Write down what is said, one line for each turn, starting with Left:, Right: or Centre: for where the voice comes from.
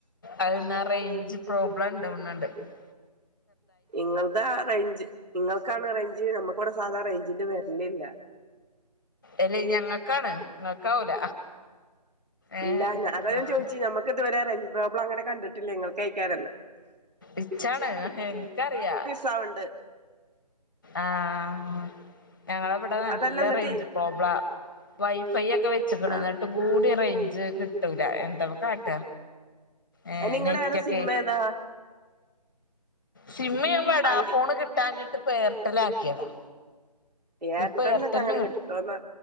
Left: അത് ഇന്നാ റേഞ്ച് പ്രോബ്ലം ഇണ്ട് <unintelligible>
Right: ഇങ്ങള്താ റേഞ്ച് ഇങ്ങൾക്കാണ് റേഞ്ച് നമുക്കിവിടെ സാധാരണ റേഞ്ചിന്റെ വരലില്ല
Left: അല്ലേ ഞങ്ങക്കാണ് ഇങ്ങക്കാവൂല ഏഹ്
Right: ഇല്ല അതാ ഞാൻ
Left: ആഹ്
Right: ചോയിച്ച് നമ്മക്ക് ഇതുവരെ റേഞ്ച് പ്രോബ്ലം അങ്ങനെ കണ്ടിട്ടില്ല ഇങ്ങള്ക്കേക്കാരം
Left: ഇഷ്ട്ടാണ് എനിക്കറിയാ
Right: സൗണ്ട്
Left: ആഹ് ഞങ്ങള ഇവിടെ നല്ല
Right: അതല്ല എന്നിട്ട്
Left: റേഞ്ച് പ്രോബ്ലാ വൈഫൈ ഒക്കെ വെച്ച്ക്ക്ണ്
Right: ആ
Left: ഇന്നിട്ട് കൂട്യ റേഞ്ച് കിട്ടൂല എന്താ ഇപ്പൊ കാട്ട ഏഹ്
Right: നിങ്ങള്
Left: നെറ്റൊക്കെ
Right: ഏതാ സിം ഏതാ
Left: സിമ്മ് ഞാന് വെടാഫോണ്
Right: ഐഡി
Left: കിട്ടാഞ്ഞിട്ട് ഇപ്പൊ എയർടെൽ ആക്കിയതാ
Right: എയർടെൽനൊക്കെ
Left: ഇപ്പൊ എയർടെല്ലിന്
Right: അങ്ങനെ
Left: കിട്ടും
Right: കിട്ടോന്ന്